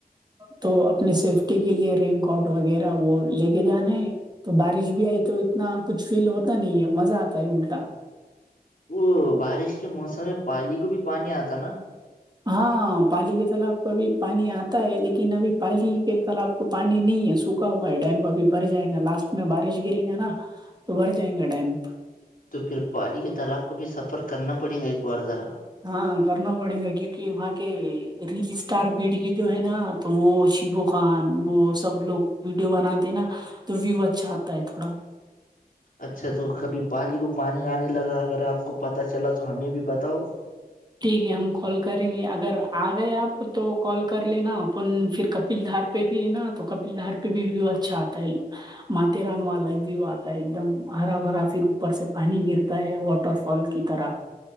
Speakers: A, on the right; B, on the left.
A: تو اپنی سیفٹی کے لیے رینین کوٹ وغیرہ وہ لے کے جانا ہے تو بارش بھی آئی تو اتنا کچھ فیل ہوتا نہیں ہے مزہ آتا ہے الٹا
B: وہ بارش کے موسم میں پالی کو بھی پانی آتا نا
A: ہاں پالی کے تالاب ابھی پانی آتا ہے لیکن ابھی پالی پ کل آپ کو پانی نہیں ہے سوکھا ہوا ہے ڈیم اب بھر جائے گا لاسٹ میں بارش گرے گا نا تو بھر جائیں گا ڈیم
B: تو پھر پالی کے تالاب کو بھی سفر کرنا پڑیں گا ایک بار ذرا
A: ہاں کرنا پڑے گا کیوںکہ وہاں کے ریل اسٹار بیڈ کے جو ہے نا تو وہ شیبو خان وہ سب لوگ ویڈیو بناتے نا تو ویو اچھا آتا ہے تھوڑا <unintelligible>
B: <inaudible> <inaudible> اچھا تو کبھی پالی کو پانی آنے لگا اگر آپ کو پتہ چلا تو ہمیں بھی بتاؤ
A: ٹھیک ہے ہم کال کریں گے اگر آ گئے آپ تو کال کر لینا اپن پھر کب پلدار پہ بھی ہے نا تو پلدار پہ بھی ویو اچھا آتا ہے ماتاتے ران والا بھی آتا ہے ایک دم ہرا بھرا پھر اوپر سے پانی گرتا ہے طرفن کی طرح